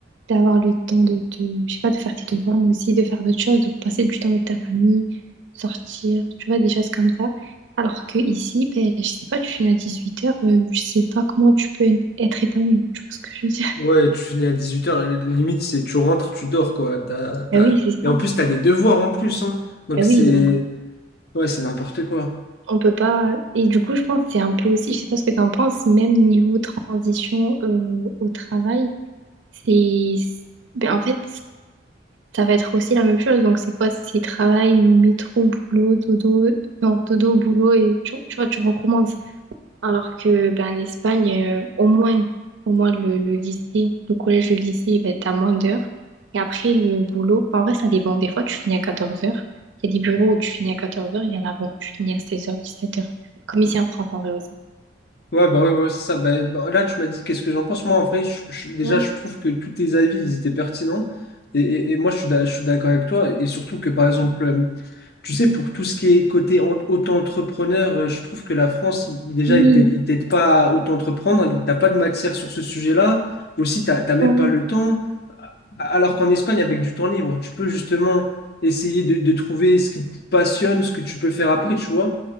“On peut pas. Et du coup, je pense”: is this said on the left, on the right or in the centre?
Right